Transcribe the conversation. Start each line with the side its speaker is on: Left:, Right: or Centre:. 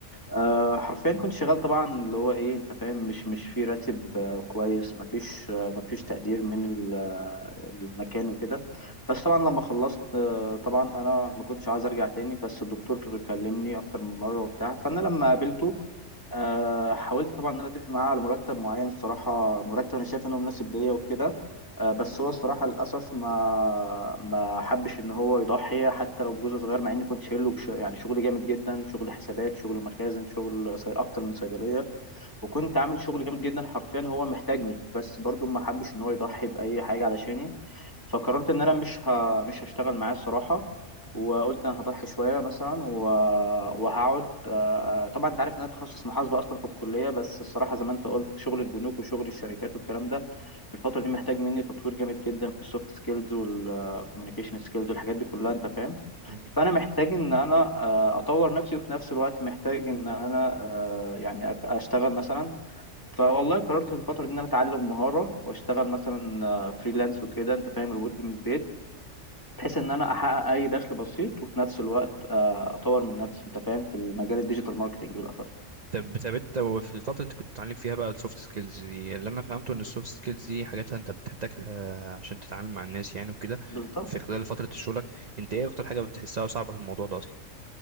Left: آه، حرفيا كنت شغال طبعا اللي هو ايه انت فاهم مش مش في راتب آه، كويس مفيش آه، مفيش تقدير من ال- آه، المكان وكده بس طبعا لما خلصت طبعا انا ما كنتش عايز ارجع تاني بس الدكتور كلمني اكتر من مره وبتاع فانا لما قابلته آه، حاولت طبعا ان انا اتفق معاه على مرتب معين الصراحه مرتب انا شايف انه مناسب ليا وكده آه، بس هو الصراحه للاسف ما ما حبش ان هو يضحي حتى لو بجزء صغير مع اني كنت شايله بش... يعني شغل جامد جدا شغل حسابات شغل مخازن شغل صي- اكتر من صيدليه وكنت عامل شغل جامد جدا حرفيا هو محتاجني بس برضو ما حبش ان هو يضحي باي حاجه علشاني فقررت ان انا مش ه... مش هشتغل معاه الصراحه وقلت انا هضحي شويه مثلا و... وهقعد آه، طبعا انت عارف ان انا تخصص محاسبه اصلا في الكليه بس الصراحه زي ما انت قلت شغل البنوك وشغل الشركات والكلام ده الفتره دي محتاج مني تطوير جامد جدا في السوفت سكيلز والكوميونيكيشن سكيلز والحاجات دي كلها انت فاهم
Right: مم.
Left: فانا محتاج ان انا آه، اطور نفسي وفي نفس الوقت محتاج ان انا آه، يعني أك- اشتغل مثلا فوالله قررت الفترة دي إن أنا أتعلم مهارة وأشتغل مثلا فريلانس وكده أنت فاهم ريموتلي من البيت بحيث إن أنا أحقق أي دخل بسيط وفي نفس الوقت آه، أطور من نفسي أنت فاهم في المجال الديجيتال ماركتينج بالأخص
Right: طب طب انت في الفتره اللي انت كنت بتتعلم فيها بقى السوفت سكيلز دي اللي انا فهمته ان السوفت سكيلز دي حاجات انت بتحتاجها عشان تتعامل مع الناس يعني وكده
Left: بالظبط
Right: في خلال فتره شغلك انت ايه اكتر حاجه بتحسها صعبه في الموضوع ده اصلا